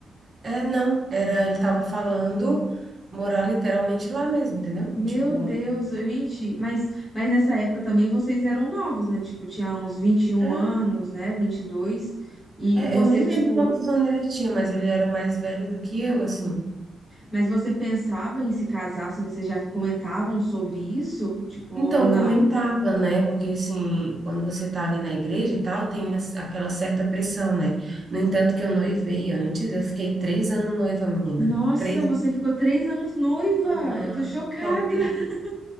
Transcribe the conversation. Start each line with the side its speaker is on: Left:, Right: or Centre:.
Right: É, não, era, ele tava falando morar literalmente lá mesmo, entendeu?
Left: Meu
Right: Tipo,
Left: Deus, gente, mas, mas nessa época também vocês eram novos, né? Tipo, tinha uns vinte e um
Right: é,
Left: anos, né? vinte e dois E
Right: é,
Left: você,
Right: eu nem
Left: tipo,
Right: lembro quantos anos ele tinha, mas ele era mais velho do que eu, assim.
Left: mas você pensava em se casar, assim, vocês já comentavam sobre isso? Tipo, ou
Right: Então,
Left: não?
Right: comentava, né? Porque, assim, quando você tá ali na igreja e tal, tem as- aquela certa pressão, né? No entanto, que eu noivei antes, eu fiquei três anos noiva, menina.
Left: Nossa,
Right: Três
Left: você
Right: anos.
Left: ficou três anos noiva!
Right: Aham,
Left: Eu tô chocada!
Right: tu acredita?
Left: <laughs>